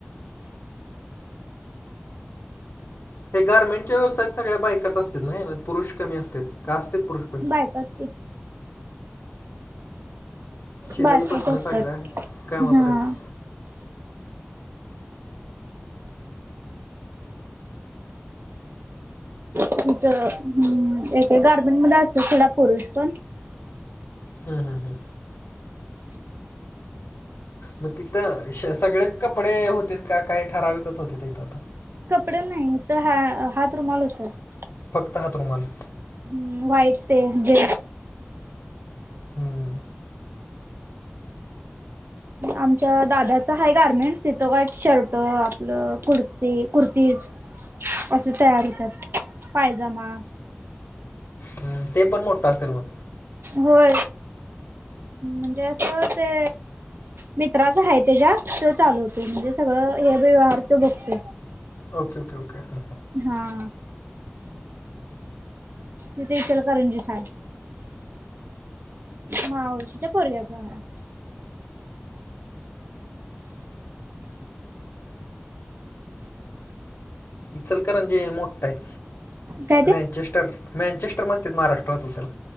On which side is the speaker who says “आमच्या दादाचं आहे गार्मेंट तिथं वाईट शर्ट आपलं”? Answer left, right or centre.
Right